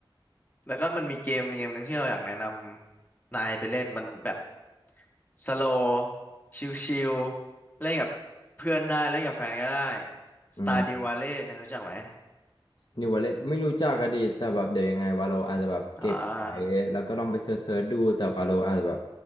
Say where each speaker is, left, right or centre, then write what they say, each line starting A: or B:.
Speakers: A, on the left (about 20°); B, on the left (about 55°).
A: แล้วก็มันมีเกมเกมหนึ่งที่เราอยากแนะนำนายไปเล่นมันแบบสโลว์ชิลๆเล่นกับเพื่อนได้เล่นกับแฟนก็ได้
B: ๆอืม
A: Stardew Valley เนี่ยรู้จักไหม
B: นิววาเลตไม่รู้จักอดีตแต่แบบเดี๋ยวยังไงวาโลอาจจะแบบเก็บไว้แล้วก็ลองไปเซิร์ชๆดูแต่วาโลอาจจะแบบ
A: อ่า